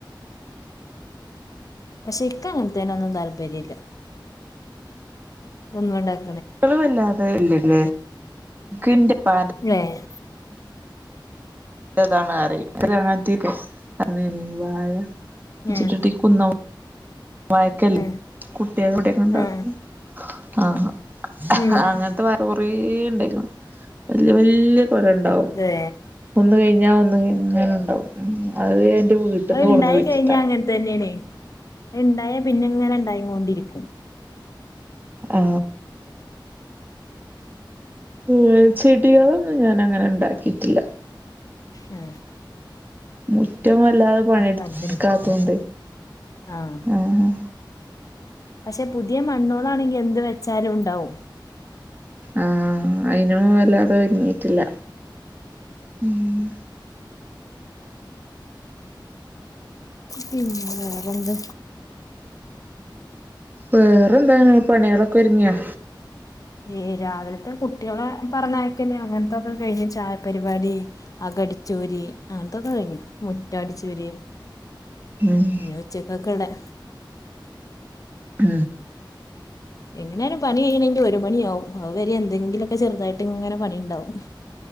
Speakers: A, on the left; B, on the right.
A: പക്ഷെ ഇന്ക്ക് അങ്ങനത്തീ നൊന്നും താല്പര്യല്ല ഒന്നണ്ടാക്ക
B: <unintelligible> മളല്ലാതെ ഇല്ലല്ലേ എന്റെ പ
A: ഏഹ്
B: അതാണ് അറിയ അങ്ങത്തിീ <unintelligible> അ വായച്ചിട്ടിട്ടി
A: ഏഹ്
B: കുന്ന വയക്കല്ലേ
A: ഏഹ്
B: കുട്ടിയ <unintelligible> എവിടെക്കെ ഉണ്ടാക്കും
A: ഏഹ്
B: ആഹ്
A: ഉം
B: അങ്ങനത്തെ മരം കൊറേ ണ്ടായിക്ക്ണ് വല്യ വല്യ ല ഉണ്ടാവും
A: അതെ
B: ഒന്ന് കഴിഞ്ഞാ ഒന്ന്ങ്ങനെ കഴിഞ്ഞാണ്ടാവും അത് വീട്ടിൽന്ന്
A: അഹ് ഇണ്ടായി
B: കൊടന്ന് കുഴിച്ചിട്ടാ
A: കഴിഞ്ഞാ അങ്ങൻ തന്നേണേ ഇണ്ടായാ പിന്നങ്ങനെ ഇണ്ടാഴികൊണ്ടിരിക്കും
B: ആ ഏ ചെടികളൊന്നും ഞാൻ അങ്ങനെ ഇണ്ടാക്കീട്ടില്ല
A: ആ
B: മുറ്റം വല്ലാതെ പണി ഇട്ക്കാത്തൊണ്ട്
A: താല്പര്യല്ല ആഹ്
B: ആ ആ
A: പക്ഷെ പുതിയ മണ്ണോളാണെങ്കി എന്ത് വെച്ചാലും ഇണ്ടാവും
B: ആ അയ്നു വല്ലാതെ ഒരുങ്ങീട്ടില്ല ഉം
A: പിന്നെ വേറെന്ത്
B: വേറെന്താണ് പണികളൊക്കെ ഒരിങ്യൊ
A: ഏ രാവിലത്തെ കുട്ട്യളെ പറഞ്ഞയക്കല് അങ്ങൻത്തൊക്കെ കയ്ഞ്ഞ് ചായ പരുവാടി അക ചൂരി അങ്ങൻത്തോക്കെ കഴിഞ്ഞു മുറ്റട്ച്ചൂരി
B: ഉം
A: ഇഞ് ഉച്ചക്കക്ക്‌ള്ളെ
B: അ
A: എങ്ങനാലും പണികയ്യെണെങ്കി ഒരു മണിയാവും അവ് വരെ എന്തെങ്കിലൊക്കെ ചെറുതായിട്ട്ങ്ങനെ പണിണ്ടാവും